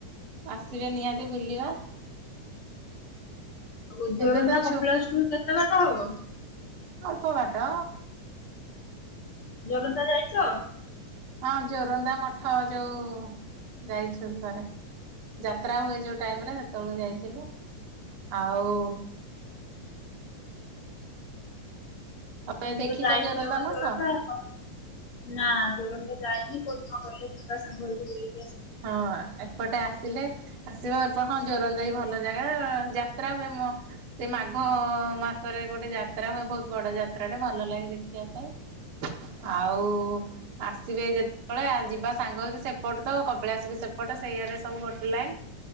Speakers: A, on the right; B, on the left.
A: ଆସିବେ ନିହାତି ବୁଲିବା।
B: ଆଉ ଜୋରନ୍ଧା
A: ଏବେ ତ
B: କପିଳାସୁ
A: ଛୁ
B: ଠୁ କେତେ ବାଟ ହବ?
A: ଅଳପ ବାଟ
B: ଜୋରଦ୍ଦା ଯାଇଛ?
A: ହଁ ଜୋରନ୍ଦା ମଠ ଯୋଉ ଯାଇଛନ୍ତି ଥରେ ଯାତ୍ରା ହୁଏ ଯୋଉ ଟାଇମରେ ସେତେବେଳେ ଯାଇଥିଲୁ ଆଉ ତମେ
B: ମୁ
A: ଦେଖିଛ
B: ତ ଯାଇନି
A: ଜୋରନ୍ଦା
B: ଜମା
A: ମଠ?
B: ଯୋରନ୍ଦା ଆଉ କ ନା ଯୋରନ୍ଦା ଯାଇନି କୋଉଦିନ ଗଲେ ଯିବା ସାଙ୍ଗ ହେଇକି ବୁଲି।
A: ହଁ ଆ। ଏପଟେ ଆସିଲେ ଆସିବ ଏ ହଁ ଜୋରନ୍ଦା ବି ଭଲ ଜାଗା ଯାତ୍ରା ହୁଏ ମ ଏ ମାଘ ମାସରେ ଗୋଟେ ଯାତ୍ରା ହୁଏ ବହୁତ ବଡ ଯାତ୍ରାଟେ ଭଲ ଲାଗେ ଦେଖିଆ ପାଇଁ। ଆଉ ଆସିବେ ଯେତେବେଳେ ଯିବା ସାଙ୍ଗ ହେଇକି ସେପଟେ ତ କ ପଳେଇ ଆସିବେ ସେପଟେ ସେଇଆଡ଼େ ସବୁ ଗୋଟେ ଲାଇନ୍